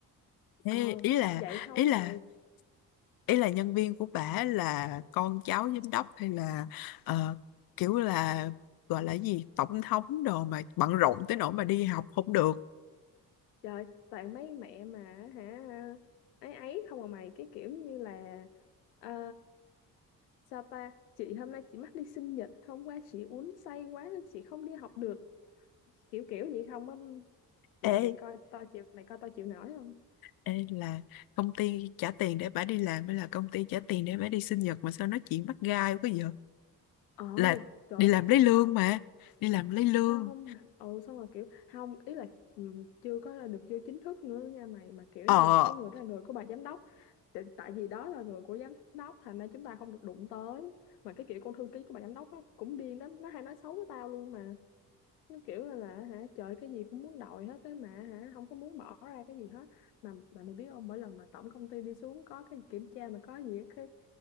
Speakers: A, on the left; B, on the left.
A: <laughs>
B: thế
A: ờ
B: ý là
A: vậy xong
B: ý là
A: mày
B: ý là nhân viên của bả là con cháu giám đốc hay là ờ, kiểu là gọi là gì tổng thống đồ mà bận rộn tới nỗi mà đi học không được
A: trời toàn mấy mẹ mà hả ấy ấy không à mày cái kiểu như là ờ, Sao ta? Chị hôm nay chị mắc đi sinh nhật, hôm qua chị uống say quá nên chị không đi học được. Kiểu kiểu vậy không á. Mày
B: ê
A: mày coi tao chịu mày coi tao chịu nổi không?
B: ê là công ty trả tiền để bả đi làm hay là công ty trả tiền để bả đi sinh nhật mà sao nói chuyện bắt gai quá vậy
A: Ờ,
B: là
A: trời
B: đi
A: ơi,
B: làm lấy lương
A: tao
B: mà đi làm lấy lương
A: tao không ừ xong rồi kiểu không ý là ừ, chưa có được vô chính thức nữa nha mày mà kiểu
B: ờ
A: như là cái người đó là người của bà giám đốc. Tại, tại vì đó là người của giám đốc thành ra chúng ta không được đụng tới. Mà cái kiểu con thư ký của bà giám đốc á cũng điên lắm, nó hay nói xấu với tao luôn mà. nó kiểu là, là hả trời cái gì cũng muốn đòi hết á mà hả không có muốn bỏ ra cái gì hết mà mà mày biết không mỗi lần mà tổng công ty đi xuống có cái kiểm tra mà có gì á, cái